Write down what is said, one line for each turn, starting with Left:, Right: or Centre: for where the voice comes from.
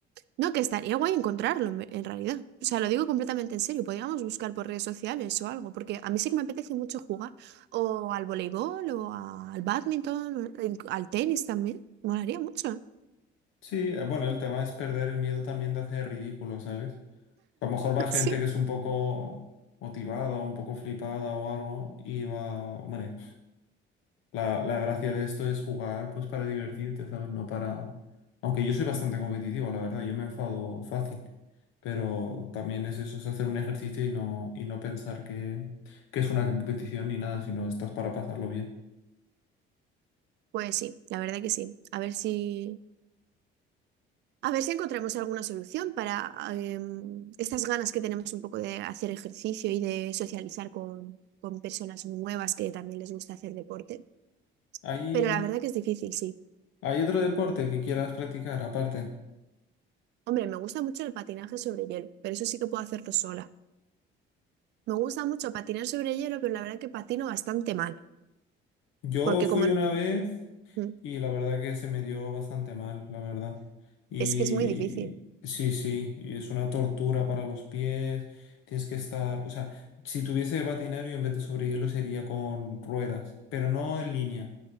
Right: No, que estaría guay encontrarlo en, ve- en realidad. O sea, lo digo completamente en serio. Podríamos buscar por redes sociales o algo, porque a mí sí que me apetece mucho jugar o al voleibol o a- al badminton, o en- al tenis también. Molaría mucho, ¿eh?
Left: Sí, eh, bueno, el tema es perder el miedo también de hacer ridículo, ¿sabes? A lo mejor va gente
Right: <laughs> Sí.
Left: que es un poco motivada, un poco flipada o algo, y va, hombre. La, la gracia de esto es jugar pues para divertirte, ¿sabes? No para... Aunque yo soy bastante competitivo, la verdad, yo me enfado fácil, pero también es eso, es hacer un ejercicio y no, y no pensar que, que es una competición ni nada, sino estás para pasarlo bien.
Right: Pues sí, la verdad que sí. A ver si, a ver si encontramos alguna solución para em, estas ganas que tenemos un poco de hacer ejercicio y de socializar con, con personas nuevas que también les gusta hacer deporte.
Left: ¿Hay,
Right: Pero la verdad que es difícil, sí.
Left: hay otro deporte que quieras practicar aparte?
Right: Hombre, me gusta mucho el patinaje sobre hielo, pero eso sí que puedo hacerlo sola. Me gusta mucho patinar sobre hielo, pero la verdad que patino bastante mal,
Left: Yo
Right: porque
Left: fui
Right: como
Left: una vez...
Right: mm,
Left: Y la verdad que se me dio bastante mal, la verdad. Y
Right: es que es muy difícil.
Left: sí, sí, y es una tortura para los pies. Tienes que estar, o sea, si tuviese patinario en vez de sobre hielo sería con ruedas, pero no en línea,